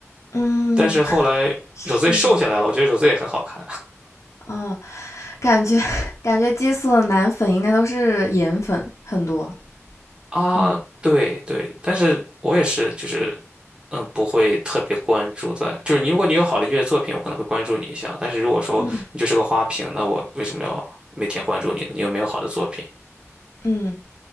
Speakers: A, on the left (about 70°); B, on the right (about 20°).
A: 嗯，
B: 但是后来
A: <laughs> 是的，
B: Rosé 瘦下来了，我觉得 r o s e 也很好看
A: 哦，感觉 <laughs> 感觉激素的男粉应该都是颜粉很多，
B: <laughs> 啊。
A: 嗯
B: 对对，但是我也是，就是嗯，不会特别关注在，就是你如果你有好的音乐作品，我可能会关注你一下。但是如果说你就是个花瓶，
A: 嗯
B: 那我为什么要每天关注你呢？你有没有好的作品？
A: 嗯，